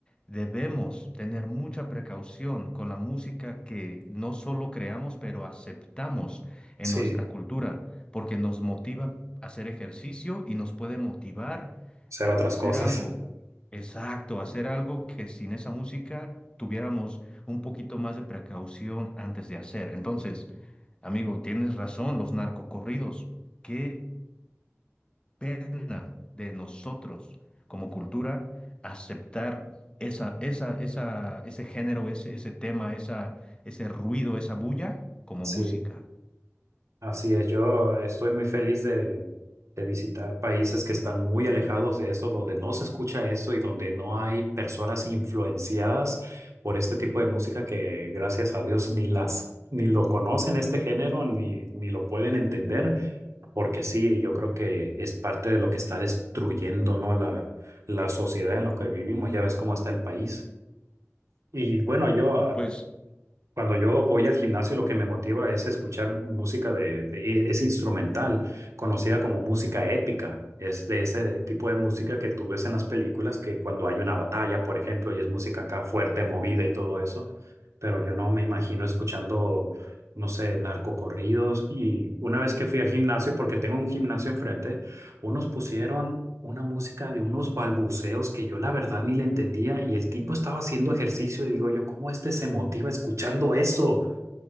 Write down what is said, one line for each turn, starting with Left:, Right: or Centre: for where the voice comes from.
Left: Debemos tener mucha precaución con la música que no solo creamos, pero aceptamos en
Right: sí,
Left: nuestra cultura, porque nos motiva a hacer ejercicio y nos puede motivar
Right: hacer
Left: a
Right: otras
Left: hacer
Right: cosas,
Left: algo. Exacto, hacer algo que sin esa música tuviéramos un poquito más de precaución antes de hacer. Entonces, Amigo, tienes razón, los narcocorridos. Qué pena de nosotros como cultura aceptar esa, esa, esa, ese género, ese, ese tema, esa, ese ruido, esa bulla como
Right: <laughs>
Left: música.
Right: sí. Así es, yo estoy muy feliz de, de visitar países que están muy alejados de esto, donde no se escucha esto y donde no hay personas influenciadas por este tipo de música que, gracias a Dios, ni las, ni lo conocen este género, ni, ni lo pueden entender, porque sí, yo creo que es parte de lo que está destruyendo, ¿no? La, la sociedad en la que vivimos, ya ves cómo está el país. Y bueno, yo
Left: Pues,
Right: cuando yo voy al gimnasio, lo que me motiva es escuchar música de, de- es instrumental, conocida como música épica. Es de ese tipo de música que tú ves en las películas, que cuando hay una batalla, por ejemplo, y es música acá fuerte, movida y todo eso. Pero yo no me imagino escuchando, no sé, narcocorridos. Y una vez que fui al gimnasio, porque tengo un gimnasio enfrente, unos pusieron una música de unos balbuceos que yo la verdad ni le entendía y el tipo estaba haciendo ejercicio y digo yo, ¿cómo este se motiva escuchando eso?